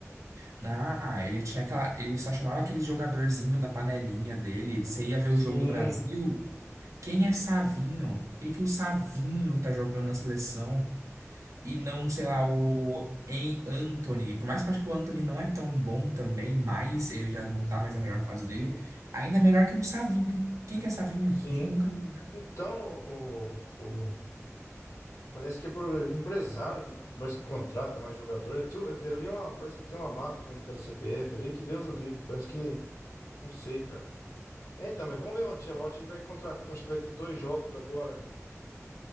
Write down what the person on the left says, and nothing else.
Sim,
sim.
Então, o, Parece que é por empresário que parece que contrata mais jogador. É tu- é- ali é uma, parece que tem uma máfia dentro daquela CBF ali, que Deus o livre. Parece que. Não sei, cara. É, então, mas vamos ver o Ancelotti aí vai contratar. Acho que vai ter dois jogos agora